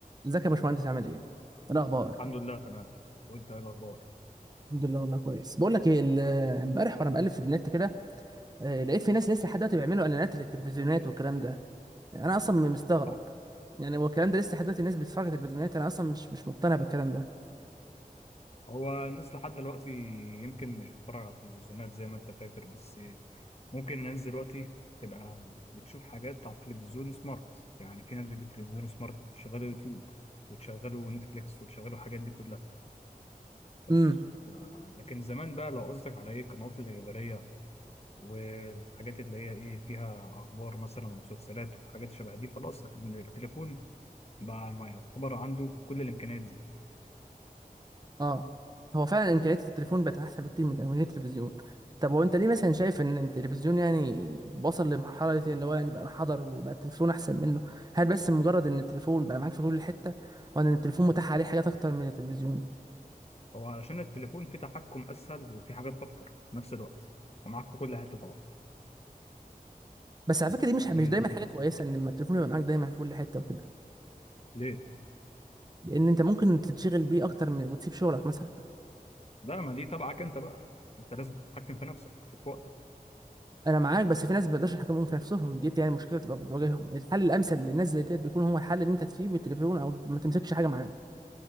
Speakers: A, on the right; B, on the left.
A: ازيك يا باشمهندس عامل ايه؟ إيه الاخبار
B: الحمد لله تمام وانت ايه الاخبار
A: الحمد لله والله كويس بقول لك ايه ال- امبارح وانا بقلب في النت كده آه، لقيت في ناس لسه لحد دلوقتي بيعملوا اعلانات للتلفزيونات والكلام ده انا اصلا مستغرب
B: صح
A: يعني هو الكلام ده لسه لحد دلوقتي الناس بتتفرج على التلفزيونات انا اصلا مش مش مقتنع بالكلام ده
B: هو الناس لحد دلوقتي يمكن مش بتتفرج على التلفزيونات زي ما انت فاكر بس ممكن الناس دلوقتي تبقى بتشوف حاجات على التلفزيون سمارت يعني في ناس بتجيب تلفزيون سمارت تشغله يوتيوب وتشغله نتفليكس وتشغله الحاجات دي كلها بس
A: امم
B: ف- لكن زمان بقى لو قصدك على ايه القنوات الإخبارية والحاجات اللي هي ايه فيها اخبار مثلا ومسلسلات وحاجات شبه دي خلاص التليفون بقى ما يعتبر عنده كل الامكانيات دي
A: اه هو فعلا امكانيات التليفون بقت احسن بكتير من امكانيات التلفزيون طب هو انت ليه مثلا شايف ان التلفزيون يعني وصل لمرحله دي ان هو يعني بقى انحدر وبقى التلفزيون احسن منه هل بس مجرد ان التليفون بقى معاك في كل حته ولا ان التليفون متاح عليه حاجات اكتر من التلفزيون
B: هو عشان التليفون فيه تحكم اسهل وفيه حاجات اكتر في نفس الوقت ومعاك في كل حته طبعا
A: بس على فكره دي مش
B: دي
A: مش دايما
B: وجهه
A: حاجه
B: نظري
A: كويسه ان لما التليفون يبقى معاك دايما في كل حته وكده
B: ليه
A: لان انت ممكن تتشغل بيه اكتر من وتسيب شغلك مثلا
B: ده ما دي تبعك انت بقى انت لازم تتحكم في نفسك وفي وقتك
A: انا معاك بس في ناس ما بيقدرش يحكموا في نفسهم دي يعني مشكله تبقى بتواجههم الحل الامثل للناس زي ديت بيكون هو الحل ان انت تسيب التليفون او ما تمسكش حاجه معاك